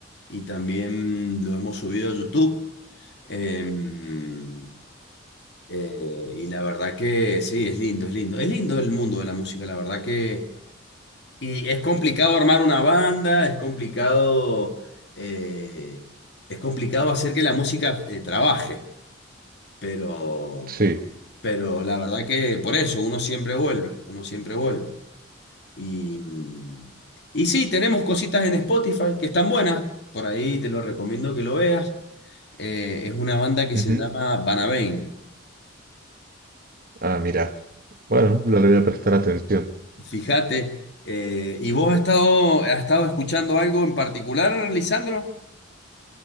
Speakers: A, on the left; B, on the right.
A: y también lo hemos subido a YouTube. Em, Eh, y la verdad que sí, es lindo, es lindo. Es lindo el mundo de la música, la verdad que... Y es complicado armar una banda, es complicado... eh, es complicado hacer que la música eh, trabaje, pero,
B: Sí.
A: pero la verdad que por eso uno siempre vuelve, uno siempre vuelve. Y, mm, y sí, tenemos cositas en Spotify que están buenas, por ahí te lo recomiendo que lo veas. Eh, es una banda que
B: Ujú.
A: se llama Banabane.
B: Ah, mirá. Bueno, le voy a prestar atención.
A: Fíjate, eh, ¿y vos has estado, has estado escuchando algo en particular, Lisandro?